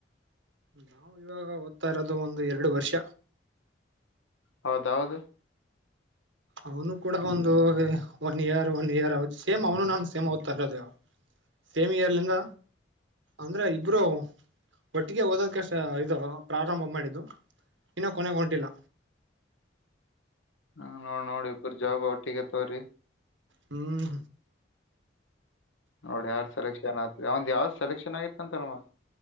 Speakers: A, on the right; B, on the left.
A: ನಾವು ಇವಾಗ ಓದ್ತಾ ಇರೋದು ಒಂದು ಎರಡು ವರ್ಷ.
B: ಹೌದೌದು.
A: ಅವನು ಕೂಡ ಒಂದು one year one year same ಅವನು ನಾನು ಸೇಮ್ ಓದ್ತಾ ಇರೋದೇವ ಸೇಮ್ ಇಯರ್ಲಿಂದ ಅಂದ್ರೆ ಇಬ್ರು ಒಟ್ಟಿಗೆ ಓದೋದಕಷ್ಟ ಇದು ಪ್ರಾರಂಭ ಮಾಡಿದ್ದು ಇನ್ನ ಕೊನೆಗ ಹೊಂಟಿಲ್ಲ.
B: ಹ ನೋಡ್ ನೋಡಿ ಇಬ್ರ ಜಾಬ್ ಒಟ್ಟಿಗೆ ತವ್ರಿ.
A: ಹ್ಮ್
B: ನೋಡಿ ಯಾರ್ ಸೆಲೆಕ್ಷನ್ ಆತ್ರಿ ಅವ ಒಂದ್ ಯಾವ್ದ್ ಸೆಲೆಕ್ಷನ್ ಆಗಿತ್ತ ಅಂತಲ್ಲ ಮತ್ತ